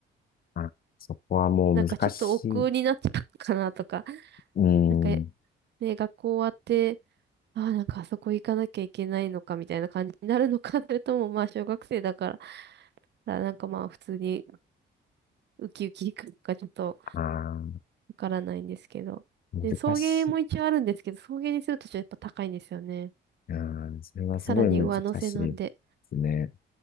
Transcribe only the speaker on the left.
あ、そこはもう難しい。
うん。
ああ、
難しい。
ああ、それはすごい難しいで
すね。